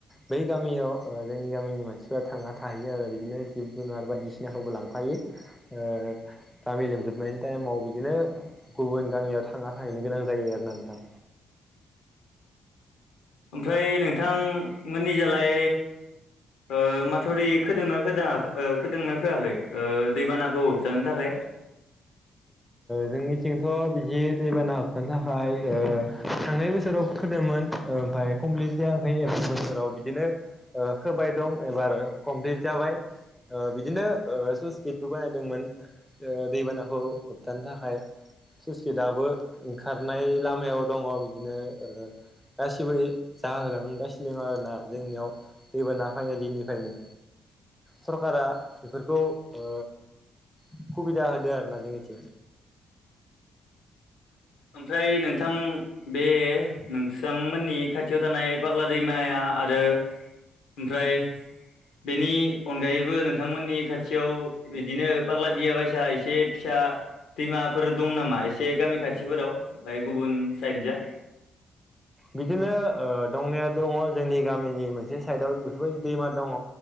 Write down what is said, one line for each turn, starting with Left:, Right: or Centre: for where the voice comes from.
Centre: बै गामियाव जोंनि गामिनि मानसिफ्रा थाङा थाहैयो आरो बिदिनो जिब जुनार बायदिसिनाखौबो लांफायो। ओ गामि लोमजोबनायनि टाइमाव बिदिनो। गुबुन गामियाव थांना थाहैनो गोनां जायो आरो ना नोंथां।
Left: ओमफ्राय नोंथां मोननि। निजालाय ओ माथावरि खोदोंनाोदों ओ खोदोंना होआखै। ओ दैबानाखौ होबथानो थाखाय।
Centre: जोंनिथिंथ बिदि दैबाना हाबथानो थाखाय थांनाय बोसोराव फोदोंमोन। ओमफफ्राय कमप्लिट जायाखै एबार बोसोराव बिदिनो। ओ खोबाय दं एबार कमप्लिट जाबाय। ओ बिदिनो ओ स्लुइस गेटबो बानायदोंमोन दैबानाखौ। थानो थाखाय स्लुइस गेटआबो ओंखारनाय लामायाव दङ बिदिनो। गासिबो जाहोलांगासिनो दङ आरोना जोंनियाव। दैबाना फैनाय दिनिफ्रायनो। सरकारा बेफोरखौ ओ सुबिदा होदों आरोना जोंनिथिं।
Left: ओमफ्राय नोंथां बे नोंसांमोननि खाथि। खाथियाव थानाय फाग्ला दैमाया आरो ओमफ्राय। बेनि अनगायैबो नोंथांमोननि खाथियाव बिदिनो फाग्ला दिया बायसा एसे फिसा दैमाफोर दं नामा एसे गामि खाथिफोराव बाय गुबुन साइडजो?
Centre: बिदिनो ओ दंनाया दङ जोंनि गामिनि मोनसे साइडआव बेफोरबायदि दैमा दङ'।